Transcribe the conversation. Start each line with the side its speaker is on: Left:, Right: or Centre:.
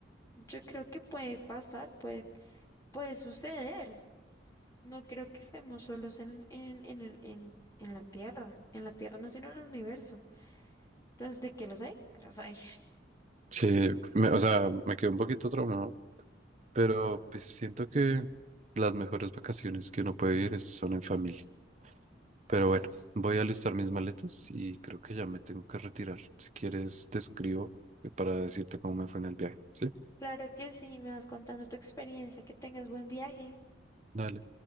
Left: yo creo que puede pasar, puede, puede suceder. No creo que estemos solos en, en, en, el- en en la Tierra. En la Tierra no, sino en el universo. Entonces de qué los hay, los hay.
Right: Sí, me- o sea, me quedé un poquito traumado, pero pues siento que las mejores vacaciones que uno puede ir es- son en familia. Pero bueno, voy a alistar mis maletas y creo que ya me tengo que retirar. Si quieres, te escribo para decirte cómo me fue en el viaje, ¿sí?
Left: Claro que sí, me vas contando tu experiencia, que tengas buen viaje.
Right: Dale.